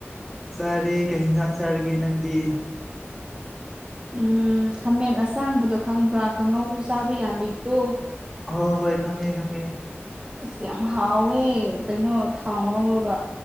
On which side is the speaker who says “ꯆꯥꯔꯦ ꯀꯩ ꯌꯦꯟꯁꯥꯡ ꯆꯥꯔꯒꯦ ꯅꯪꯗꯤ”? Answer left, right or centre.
Centre